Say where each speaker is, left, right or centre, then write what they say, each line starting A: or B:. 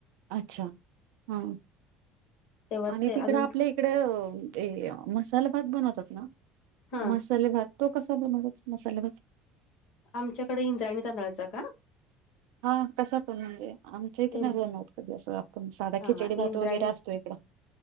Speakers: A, on the right; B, on the left.
A: अच्छा! हा
B: तेव्हा
A: आणि
B: ते
A: तिकडं
B: अजून
A: आपले, इकडे ते मसाला भात बनवतात ना,
B: हा
A: मसाले भात- तो कसा बनवतात मसाले भात? तो
B: आमच्याकडे इंद्रायणी तांदळाचा का-
A: हा कसा पण राहते. आमच्या इथं
B: इन
A: नाही बनवत कधी असं आपण साधा
B: हा
A: खिचडी
B: हा,
A: भात
B: इंद्रायणी
A: वगैरे असतो इकडं,